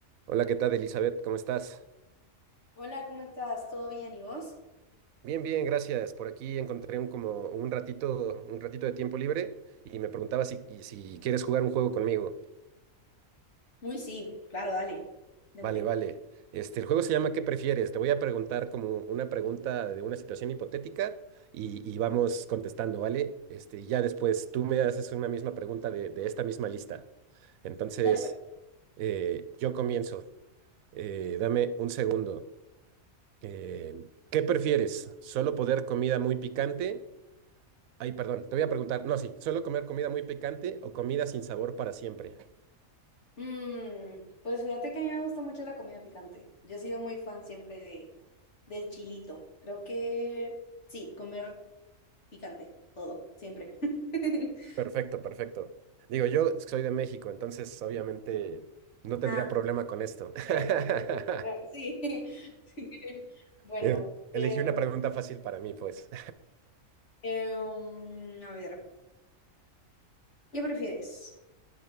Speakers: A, on the right (about 80°); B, on the left (about 55°).
A: Hola, ¿qué tal, Elizabeth? ¿Cómo estás?
B: Hola, ¿cómo estás? ¿Todo bien? ¿Y vos?
A: Bien, bien, gracias. Por aquí encontré un como un ratito, un ratito de tiempo libre y me preguntaba si, y si quieres jugar un juego conmigo.
B: Uy, sí, claro, dale, démosle.
A: Vale, vale. Este, el juego se llama ¿Qué prefieres? Te voy a preguntar como una pregunta de una situación hipotética y, y vamos contestando, ¿vale? Este, y ya después tú me haces una misma pregunta de, de esta misma lista. Entonces,
B: Dale, pues.
A: eh, yo comienzo. Eh, dame un segundo. Eh, ¿qué prefieres? ¿Solo poder comida muy picante? Ay, perdón, te voy a preguntar. No, sí, ¿suelo comer comida muy picante o comida sin sabor para siempre?
B: Mm, pues fíjate que a mí me gusta mucho la comida picante. Yo he sido muy fan siempre de, del chilito. Creo que sí, comer picante, todo, siempre. <laughs>
A: Perfecto, perfecto. Digo, yo soy de México, entonces obviamente no tendría
B: Ah,
A: problema con esto.
B: Pero tampoco
A: <laughs>
B: por comer, Sí, <laughs> sí. Bueno,
A: Eh, Elegí
B: em,
A: una pregunta fácil para mí, pues.
B: em, a ver, ¿qué prefieres?